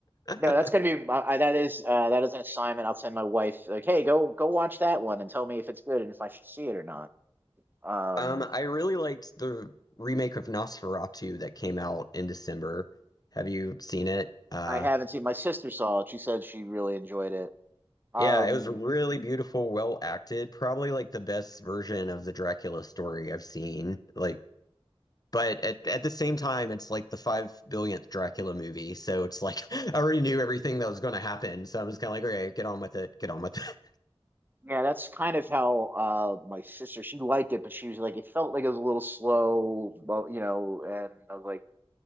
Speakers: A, on the left; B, on the right.
A: <laughs>
B: No, that's gonna be my- I, that is uh that is an assignment. I'll send my wife like, "Hey, go go watch that one and tell me if it's good and if I should see it or not." Um
A: Um, I really liked the remake of Nosferatu that came out in December. Have you seen it? Uh
B: I haven't seen. My sister saw it. She said she really enjoyed it. Um,
A: Yeah, it was really beautiful, well acted. Probably like the best version of the Dracula story I've seen. Like, but at at the same time, it's like the five billionth Dracula movie, so it's like <laughs> I already knew everything that was going to happen. So I'm just kind of like, okay, get on with it, get on with it.
B: yeah, that's kind of how uh my sister she liked it, but she was like it felt like it was a little slow, well, you know, and I was like,